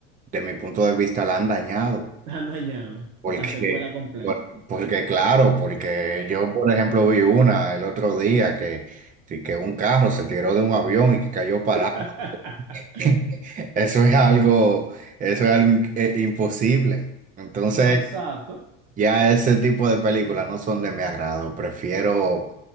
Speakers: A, on the right; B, on the right.
A: de mi punto de vista, la han dañado.
B: Han dañado
A: Porque,
B: la secuela completa.
A: por- porque claro, porque yo, por ejemplo, vi una el otro día que, que un carro se tiró de un avión y que cayó parado.
B: <laughs>
A: <laughs> Eso es algo, eso es algo in- eh, imposible. Entonces,
B: No, exacto,
A: ya ese tipo de películas no son de mi agrado. Prefiero